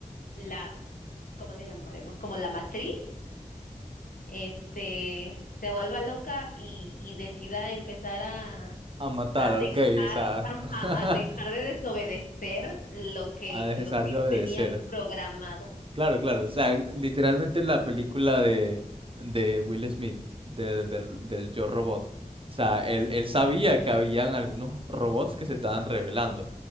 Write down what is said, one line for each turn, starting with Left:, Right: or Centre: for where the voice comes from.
Left: la, ¿cómo le llamaremos? Como la matriz este, se vuelva loca y, y decida empezar a,
Right: A matar,
Left: a dejar,
Right: ok, o sea,
Left: ajá,
Right: <laughs>
Left: a dejar de desobedecer lo que,
Right: a dejar
Left: lo que
Right: de obedecer.
Left: tenía programado.
Right: Claro, claro. O sea, literalmente la película de, de Will Smith, de- del, del Yo Robot. O sea, él, él sabía que habían algunos robots que se estaban revelando.